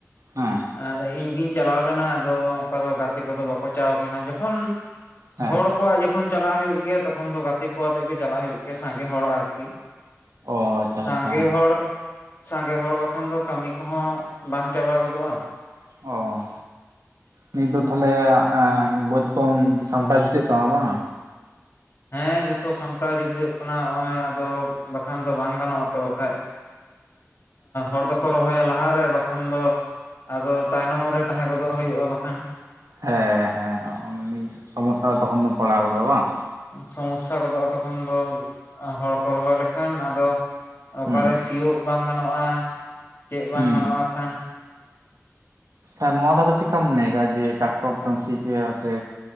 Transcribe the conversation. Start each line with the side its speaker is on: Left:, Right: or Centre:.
Right: ᱦᱮᱸ
Left: ᱟᱨ ᱤᱧ ᱜᱤᱧ ᱪᱟᱞᱟᱣ ᱞᱮᱱᱟ ᱟᱫᱚ ᱚᱱᱠᱟ ᱫᱚ ᱜᱟᱛᱮ ᱠᱚᱫᱚ ᱵᱟᱠᱚ ᱪᱟᱣ ᱠᱟᱱᱟ ᱡᱚᱠᱷᱚᱱ
Right: ᱦᱮᱸ
Left: ᱦᱚᱲ ᱠᱚᱣᱟᱜ ᱡᱚᱠᱷᱚᱱ ᱪᱟᱞᱟᱜ ᱦᱩᱭᱩᱜ ᱜᱮᱭᱟ ᱛᱚᱠᱷᱚᱱ ᱫᱚ ᱜᱟᱛᱮ ᱠᱚ ᱟᱛᱮᱜ ᱜᱮ ᱪᱟᱞᱟᱜ ᱦᱩᱭᱩᱜ ᱜᱮᱭᱟ ᱥᱟᱸᱜᱮ ᱦᱚᱲ ᱟᱨᱠᱤ
Right: ᱚ ᱟᱪᱷᱟ
Left: ᱥᱟᱸᱜᱮ
Right: ᱟᱪᱷᱟ
Left: ᱦᱚᱲ ᱥᱟᱸᱜᱮ ᱦᱚᱲ ᱵᱟᱠᱷᱟᱱ ᱫᱚ ᱠᱟᱹᱢᱤ ᱠᱚᱦᱚᱸ ᱵᱟᱝ ᱪᱟᱵᱟ ᱜᱚᱫᱚᱜᱼᱟ
Right: ᱚ ᱱᱤᱛ ᱫᱚ ᱛᱟᱦᱚᱞᱮ ᱵᱟᱹᱛ ᱠᱚᱢ ᱥᱟᱢᱴᱟᱣ ᱡᱩᱴᱟᱹᱜ ᱛᱟᱢᱟ ᱵᱟᱝ
Left: ᱦᱮᱸ ᱡᱚᱛᱚ ᱥᱟᱢᱴᱟᱣ ᱡᱩᱛ ᱦᱩᱭᱩᱜ ᱠᱟᱱᱟ ᱱᱚᱜᱼᱚᱭ ᱟᱫᱚ ᱵᱟᱠᱷᱟᱱ ᱫᱚ ᱵᱟᱝ ᱜᱟᱱᱚᱜᱼᱟ ᱛᱚ ᱟᱠᱷᱟᱱ ᱦᱚᱲ ᱫᱚᱠᱚ ᱨᱚᱦᱚᱭᱟ ᱞᱟᱦᱟᱨᱮ ᱵᱟᱠᱷᱟᱱ ᱫᱚ ᱟᱫᱚ ᱛᱟᱭᱱᱚᱢ ᱨᱮ ᱛᱟᱦᱮᱸ ᱜᱚᱫᱚᱜ ᱦᱩᱭᱩᱜᱼᱟ ᱵᱟᱠᱷᱟᱱ
Right: ᱦᱮᱸ ᱦᱮᱸ ᱢᱤᱫ ᱥᱚᱢᱚᱥᱟ ᱛᱚᱠᱷᱚᱱ ᱫᱚ ᱯᱟᱲᱟᱣ ᱜᱚᱫᱚᱜᱼᱟ ᱵᱟᱝ
Left: ᱥᱚᱢᱚᱥᱟ ᱜᱚᱫᱚᱜᱼᱟ ᱛᱚᱠᱷᱚᱱ ᱫᱚ ᱦᱚᱲ ᱠᱚ ᱨᱚᱦᱚᱭ ᱞᱮᱠᱷᱟᱱ ᱟᱫᱚ ᱚᱠᱟᱨᱮ
Right: ᱦᱩᱸ
Left: ᱥᱤᱭᱳᱜ ᱵᱟᱝ ᱜᱟᱱᱚᱜᱼᱟ? ᱪᱮᱫ ᱵᱟᱝ
Right: ᱦᱩᱸ
Left: ᱜᱟᱱᱚᱜᱼᱟ ᱟᱠᱷᱟᱱ?
Right: ᱟᱨ ᱱᱚᱶᱟ ᱫᱚ ᱟᱫᱚ ᱪᱮᱠᱟᱢ ᱢᱚᱱᱮᱭ ᱫᱟ ᱡᱮ ᱴᱟᱠᱴᱚᱨ ᱛᱮᱢ ᱥᱤ ᱦᱚᱪᱚᱭᱟ ᱥᱮ?